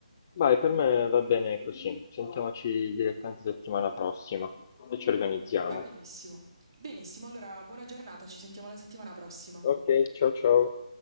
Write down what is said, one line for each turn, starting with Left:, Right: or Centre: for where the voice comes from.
Left: Vai, per me va bene così. Sentiamoci direttamente settimana prossima e ci organizziamo.
Right: Va benissimo. Benissimo, allora buona giornata, ci sentiamo la settimana prossima.
Left: Ok, ciao ciao.